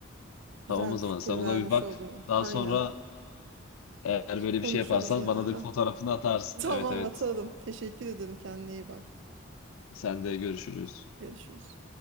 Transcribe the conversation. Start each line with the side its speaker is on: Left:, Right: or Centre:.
Right: Güzel
Left: Tamam o
Right: bir
Left: zaman
Right: fikir
Left: sen buna
Right: vermiş
Left: bir bak.
Right: oldum.
Left: Daha
Right: Aynen.
Left: sonra eğer böyle
Right: Konuşuruz
Left: bir şey yaparsan
Right: gene.
Left: bana
Right: Ah.
Left: da bir fotoğrafını atarsın.
Right: <laughs> Tamam
Left: Evet evet.
Right: atalım. Teşekkür ederim. Kendine iyi bak.
Left: Sen de görüşürüz.
Right: Görüşürüz.